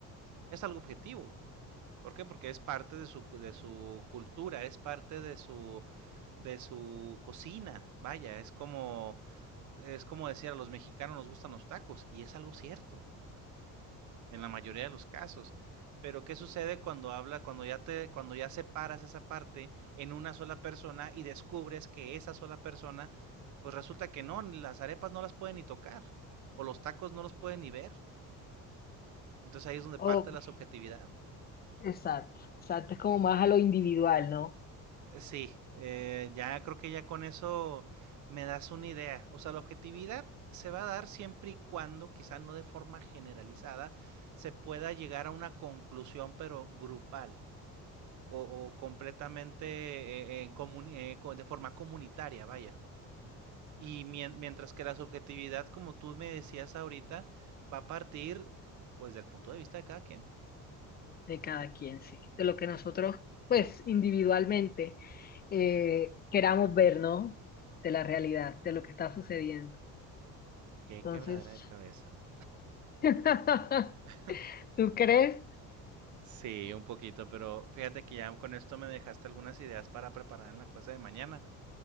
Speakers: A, on the right; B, on the left.
A: Es algo objetivo. ¿Por qué? Porque es parte de su, de su cultura, es parte de su, de su cocina. Vaya, es como, es como decir a los mexicanos nos gustan los tacos, y es algo cierto en la mayoría de los casos. Pero ¿qué sucede cuando habla, cuando ya te, cuando ya separas esa parte en una sola persona y descubres que esa sola persona, pues resulta que no, ni las arepas no las pueden ni tocar, o los tacos no los pueden ni ver. Entonces ahí es donde
B: Oh,
A: parte la subjetividad.
B: exacto, exacto. Es como más a lo individual, ¿no?
A: Sí, eh, ya creo que ya con eso me das una idea. O sea, la objetividad se va a dar siempre y cuando, quizá no de forma generalizada, se pueda llegar a una conclusión, pero grupal. O, o completamente eh, en comuni- eh, co- de forma comunitaria, vaya. Y mien- mientras que la subjetividad, como tú me decías ahorita, va a partir pues del punto de vista de cada quien.
B: De cada quien, sí. De lo que nosotros, pues, individualmente eh, queramos ver, ¿no? De la realidad, de lo que está sucediendo.
A: Qué
B: Entonces,
A: quebradera de cabeza.
B: <laughs>
A: <laughs>
B: ¿tú crees?
A: Sí, un poquito, pero fíjate que ya con esto me dejaste algunas ideas para preparar en la clase de mañana.